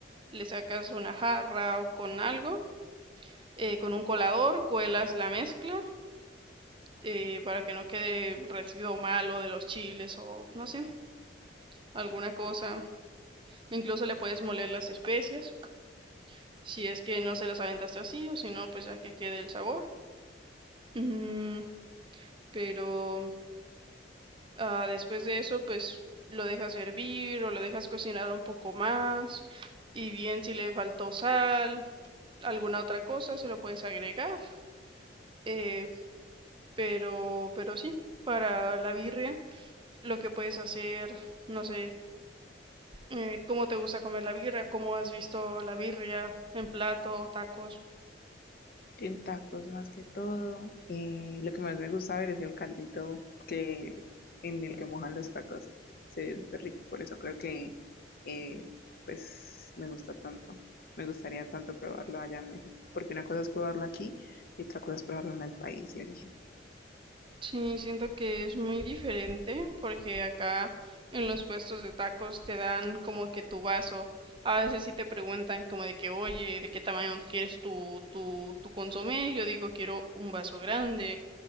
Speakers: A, on the right (about 25°); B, on the left (about 50°).
A: le sacas una jarra o con algo, eh, con un colador cuelas la mezcla eh, para que no quede residuo malo de los chiles o no sé, alguna cosa. Incluso le puedes moler las especias, si es que no se las aventaste así o si no, pues ya que quede el sabor. Mm, pero Ah, después de eso, pues lo dejas hervir o lo dejas cocinar un poco más. Y bien, si le faltó sal, alguna otra cosa, se lo puedes agregar. Eh, pero, pero sí, para la birria, lo que puedes hacer, no sé, eh, cómo te gusta comer la birria, cómo has visto la birria en plato, tacos.
B: En tacos más que todo. Eh, lo que más me gusta ver es el caldito que en el que mojan los tacos. Se ve súper rico, por eso creo que eh, pues me gusta tanto. Me gustaría tanto probarlo allá en México, porque una cosa es probarlo aquí y otra cosa es probarlo en el país de origen.
A: Sí, siento que es muy diferente porque acá en los puestos de tacos te dan como que tu vaso. A veces sí te preguntan como de que, oye, ¿de qué tamaño quieres tu, tu, tu consomé? Yo digo, quiero un vaso grande.